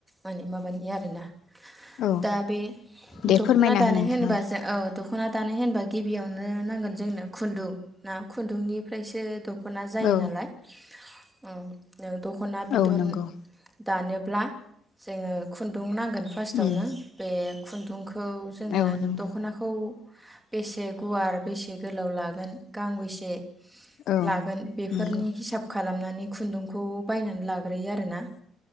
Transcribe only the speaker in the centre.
माने माबानि आरोना।
दा बे
दखना
दानाय
होनोबा जों औ दखना दानाय होनबा गिबियावनो नांगोन जोंनो खुन्दुं ना खुन्दुंनिफ्रायसो दख दखना जायो
नालाय। औ दखना बिदन।
दानोब्ला जोङो खुन्दुं नां गोन फास्टावनो
बे खुन्दुंखौ खौ जोङो
दखनाखौ बेसे गुवार बेसे गोलाव लागोन गांबेसे
लागोन बेफोरनि
हिसाब खालामनान नै खुन्दुं खौ बायनानै लाग्रोयो आरो ना?